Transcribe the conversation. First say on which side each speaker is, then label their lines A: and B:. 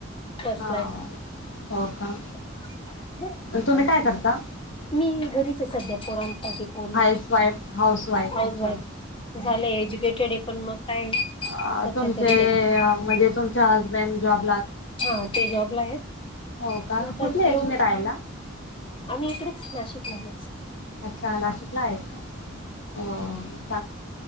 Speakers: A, on the left (about 25°); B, on the left (about 60°).
A: फसलाय
B: हा हो का
A: <unintelligible>
B: तुम्ही काय करता
A: मी घरीचे सध्या पोराण पाकी पोरण,
B: हाऊस वाईफ हाऊस
A: हाऊस
B: अच्छा
A: वाईफ. झालं एज्युकेटेड हे पण मग काय?
B: अं
A: सध्या
B: तुमचे
A: तरी
B: म्हणजे तुमचे हसबंड जॉब
A: हां ते जॉबला आहेत.
B: हो का?
A: मग आता
B: कुठले
A: येऊ
B: हे तुम्ही रायला?
A: आम्ही इकडेच नाशिकमधलेच.
B: अच्छा नाशिकला आहेत का? अं